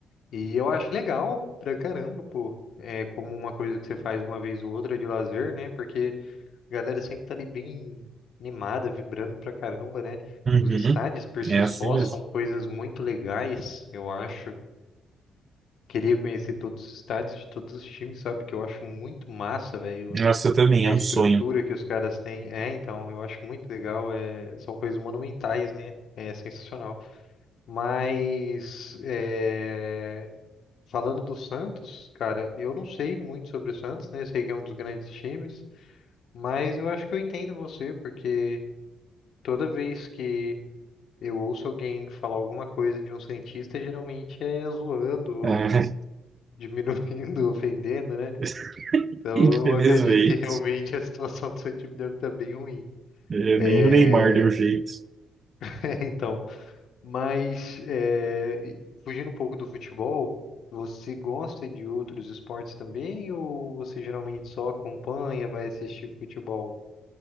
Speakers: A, on the left; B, on the right.
A: e eu acho legal pra caramba, pô. É como uma coisa que você faz uma vez ou outra de lazer, né? Porque a galera sempre tá ali bem animada, vibrando pra caramba, né?
B: Uhum.
A: Os estádios por si
B: É assim
A: só
B: mesmo.
A: são coisas muito legais, eu acho. Queria conhecer todos os estádios de todos os times, sabe? Que eu acho muito massa, velho.
B: Nossa, também
A: A
B: é
A: estrutura
B: um sonho.
A: que os caras têm. É, então, eu acho muito legal. É... São coisas monumentais, né? É sensacional. Mas é, falando do Santos, cara, eu não sei muito sobre o Santos, né? Sei que é um dos grandes times, mas eu acho que eu entendo você, porque toda vez que eu ouço alguém falar alguma coisa de um Santista, geralmente é zoando, ou
B: É,
A: diminuindo, <laughs> ofendendo, né?
B: <laughs>
A: Então
B: infelizmente,
A: eu acredito que realmente a situação do seu time deve estar bem ruim.
B: é,
A: É,
B: nem o Neymar deu jeito.
A: <laughs> então. Mas é, fugindo um pouco do futebol, você gosta de outros esportes também ou você geralmente só acompanha, vai assistir futebol?